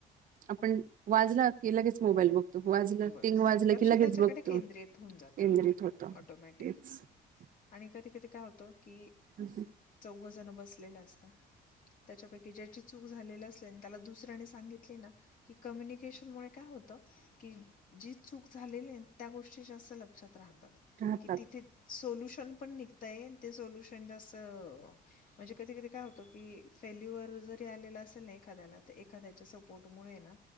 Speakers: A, on the right; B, on the left.
A: आपण वाजला की लगेच मोबाईल बक तो वाजलं
B: बस
A: टिंग वाजलं
B: लक्ष
A: की लगेच
B: त्याच्याकडे
A: बघतो,
B: केंद्रित
A: केंद्रित
B: होऊन जातं ना
A: होत,
B: ऑटोमॅटिक
A: हेच. <inaudible>
B: आणि कधी कधी काय होतं की
A: हम्.
B: चौघ जण बसलेलं असतात. त्याच्यापैकी ज्याची चूक झालेली असने त्याला दुसऱ्याने सांगितले ना. कि कम्युनिकेशन मूळ काय होत की जी चूक झालेली आहे त्या गोष्टी जास्त लक्षात राहतात,
A: राहतात.
B: की तिथे सोल्युशन पण निघतय ते सोल्युशन जसं म्हणजे कधी कधी काय होतो की फेल्युअर जरी आलेला असेल ना एखाद्याला तर एखाद्याच्या सपोर्टमुळे न,